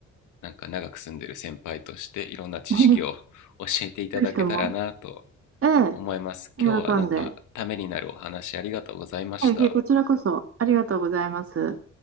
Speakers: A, on the left; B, on the right.
A: なんか長く住んでる先輩としていろんな知識を教えていただけたらなと
B: <laughs> ぜひとも、ええ、
A: 思います。
B: 喜んで。
A: 今日はなんかためになるお話ありがとうございました。
B: ええ、こちらこそありがとうございます。